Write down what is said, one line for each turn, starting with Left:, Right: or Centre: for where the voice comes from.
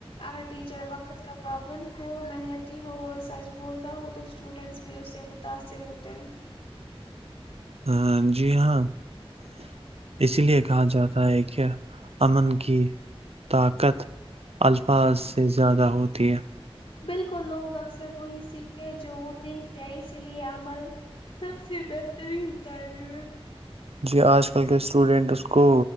Left: اگر ٹیچر وقت کا پابند ہو محنتی ہو اور سچ بولتا ہو تو اسٹوڈینٹس بھی اس سے متاثر ہوتے ہیں
Right: ہ جی ہاں اسی لیے کہا جاتا ہے کہ امن کی طاقت الفاظ سے زیادہ ہوتی ہے
Left: بالکل لوگ اکثر وہی سیکھتے ہیں جو وہ دیکھتے ہیں اسی لیے عمل سب سے بہترین تعلیم ہے
Right: جی آج کل کے اسٹوڈنٹس کو